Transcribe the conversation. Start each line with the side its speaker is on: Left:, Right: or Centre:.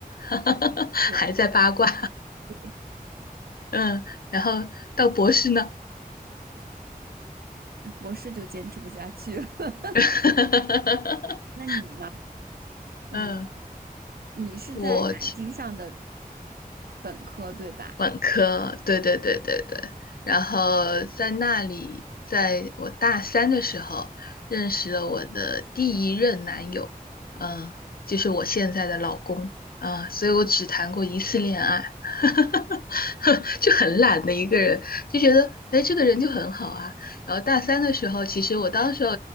Left: <laughs> 还在八卦。
Right: 对对，
Left: 嗯，然后到博士呢？
Right: 博士就坚持不下去了。<laughs>
Left: <laughs>
Right: 那你呢？你
Left: 嗯，
Right: 你是在南京上的
Left: 我其
Right: 本科，对吧？
Left: 本科，对对对对对，然后在那里，在我大三的时候认识了我的第一任男友，嗯，就是我现在的老公，啊、所以我只谈过一次恋爱，<laughs> 就很懒的一个人，就觉得哎，这个人就很好啊。然后大三的时候，其实我当时候